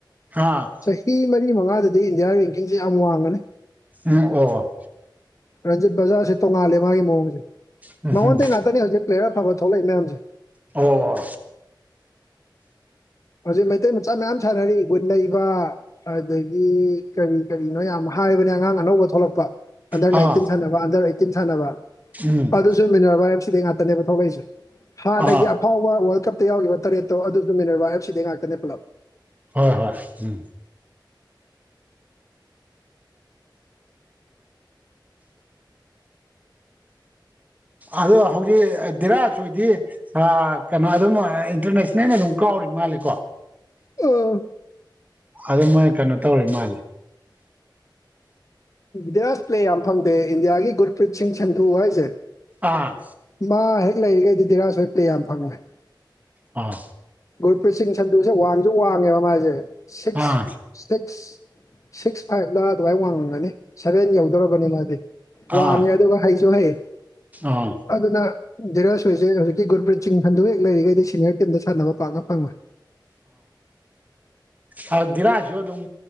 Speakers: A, on the right (about 20°); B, on the left (about 40°).
A: ꯍꯥꯥ
B: ꯆꯍꯤ ꯃꯔꯤ ꯃꯉꯥꯗꯗꯤ ꯏꯟꯗꯤꯌꯥ ꯔꯦꯡꯀꯤꯡꯁꯦ ꯌꯥꯝ ꯋꯥꯡꯉꯅꯤ
A: ꯎꯝ ꯑꯣ
B: ꯔꯟꯖꯤꯠ ꯕꯖꯥꯔꯁꯦ ꯇꯣꯡꯉꯥꯜꯂꯦ ꯃꯥꯒꯤ ꯃꯑꯣꯡꯁꯦ
A: ꯎꯝ
B: ꯃꯉꯣꯟꯗ ꯉꯥꯛꯇꯅꯦ ꯍꯧꯖꯤꯛ ꯄ꯭ꯂꯦꯌꯔ ꯑꯐꯕ ꯊꯣꯛꯂꯛꯏ ꯃꯌꯥꯝꯁꯦ
A: ꯑꯣ
B: ꯍꯧꯖꯤꯛ ꯃꯩꯇꯩ ꯃꯆꯥ ꯃꯌꯥꯝ ꯁꯥꯟꯅꯔꯤ ꯒꯨꯟ ꯂꯩꯕ ꯑꯗꯒꯤ ꯀꯔꯤ ꯀꯔꯤꯅꯣ ꯌꯥꯝ ꯍꯥꯏꯕꯅꯦ ꯑꯉꯥꯡ ꯑꯅꯧꯕ ꯊꯣꯛꯂꯛꯄ ꯑꯟꯗꯔ
A: ꯑꯥ
B: ꯅꯥꯏꯟꯇꯤꯟ ꯁꯥꯟꯅꯕ ꯑꯟꯗꯔ ꯑꯩꯠꯇꯤꯟ ꯁꯥꯟꯅꯕ
A: ꯎꯝ
B: ꯑꯗꯨꯁꯨ ꯃꯤꯅꯔꯚꯥꯏ ꯑꯐꯁꯤꯗꯩ ꯉꯥꯛꯇꯅꯦꯕ ꯊꯣꯛꯂꯛꯏꯁꯦ ꯍꯥꯟꯅꯒꯤ
A: ꯑꯥ
B: ꯑꯐꯥꯎꯕ ꯋꯥꯔꯜ ꯀꯞꯇ ꯌꯥꯎꯈꯤꯕ ꯇꯔꯦꯠꯇꯣ ꯑꯗꯨꯁꯨ ꯃꯤꯟꯅꯔꯕ ꯑꯦꯐ ꯁꯤꯗꯩ ꯉꯥꯛꯇꯅꯦ ꯄꯨꯂꯞ
A: ꯍꯣꯏ ꯍꯣꯏ ꯎꯝ ꯑꯗꯣ ꯍꯧꯖꯤꯛ ꯗꯤꯔꯥꯖ ꯍꯣꯏꯗꯤ ꯀꯩꯅꯣ ꯑꯗꯨꯝ ꯏꯟꯇꯔꯅꯦꯁꯅꯦꯜ ꯑꯗꯨꯝ ꯀꯥꯎꯔꯤ ꯃꯥꯜꯂꯦꯀꯣ
B: ꯎꯝ
A: ꯑꯗꯨ ꯃꯣꯏ ꯀꯩꯅꯣ ꯇꯧꯔꯦ ꯃꯥꯂꯦ
B: ꯗꯤꯔꯥꯖ ꯄ꯭ꯂꯦ ꯌꯥꯝ ꯐꯪꯗꯦ ꯏꯟꯗꯤꯌꯥꯒꯤ ꯒꯨꯔꯄ꯭ꯔꯤꯠ ꯁꯤꯡ ꯁꯟꯙꯨ ꯍꯥꯏꯁꯦ
A: ꯑꯥ
B: ꯃꯥ ꯍꯦꯛ ꯂꯩꯔꯤꯈꯩꯗꯤ ꯙꯤꯔꯥꯖ ꯍꫭꯏ ꯄ꯭ꯂꯦ ꯌꯥꯝ ꯐꯪꯉꫭꯏ
A: ꯑ
B: ꯒꯨꯔꯄ꯭ꯔꯤꯠ ꯁꯤꯡ ꯁꯟꯗꯨꯁꯦ ꯋꯥꯡꯁꯨ ꯋꯥꯡꯉꯦꯕ ꯃꯥꯥꯏꯁꯦ ꯁꯤꯛꯁ
A: ꯑꯥ
B: ꯁꯤꯛꯁ ꯁꯤꯛꯁ ꯐꯥꯏꯚꯇ ꯑꯗꯨꯃꯥꯏ ꯋꯥꯡꯉꯅꯤ ꯁꯚꯦꯟ ꯌꯧꯗꯧꯔꯕꯅꯤ ꯃꯥꯗꯤ
A: ꯑꯥ
B: ꯋꯥꯡꯉꯦ ꯑꯗꯨꯒ ꯍꯩꯁꯨ ꯍꯩ
A: ꯑꯥ
B: ꯑꯗꯨꯅ ꯙꯤꯔꯥꯖ ꯍꯣꯏꯁꯦ ꯍꯧꯖꯤꯛꯀꯤ ꯒꯨꯔꯄ꯭ꯔꯤꯠ ꯁꯤꯡ ꯁꯟꯗꯨꯍꯦꯛ ꯂꯩꯔꯤꯈꯩꯗꯤ ꯁꯤꯅꯤꯌꯔ ꯇꯤꯝꯗ ꯁꯥꯟꯅꯕ ꯄꯥꯛꯅ ꯐꯪꯕ
A: ꯑꯥ ꯗꯤꯔꯥꯁꯨ ꯑꯗꯨꯝ